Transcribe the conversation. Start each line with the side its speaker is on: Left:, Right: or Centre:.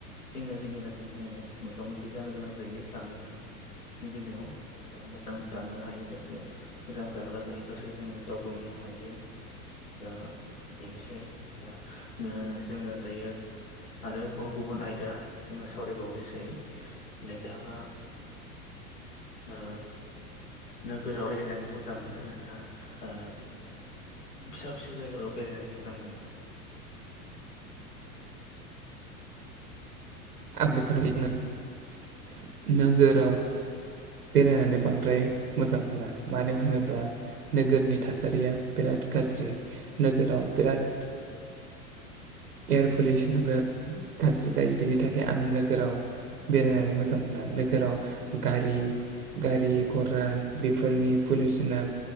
Left: जेंना जेंगोनाजों जोङो मोगा मोगि जानो गोनां जायो जानाय नि बेलायाव दा मोजां जानो हायोब्लासो मोजां जाग्रा जायोब्लासो जोङो दावबायनो हायो दा बेनोसै दा ओ जोङो दायो आरोबाव गुबुन आयदा जोङो सावरायबावनोसै नोंथाङा ओ नोगोराव बेरायनानै मोजां मोनो ना ओ फिसा फिसौ जायगाफोराव बेरायनानै मोजां मोनो
Right: आं बेखौनो बुंदोंमोन नोगोराव बेरायनानै बांद्राय मोजां मोना मानो होनोब्ला नोगोरनि थासारिया बिराद गाज्रि नोगोराव बिराद एयार पलिउसना बिराद थाज्रि जायो बेनि बिनि थाखाय आं नोगोराव बेरायनानै मोजां मोना नोगोराव गारि गारि घरा बेफोरनि पलिउसना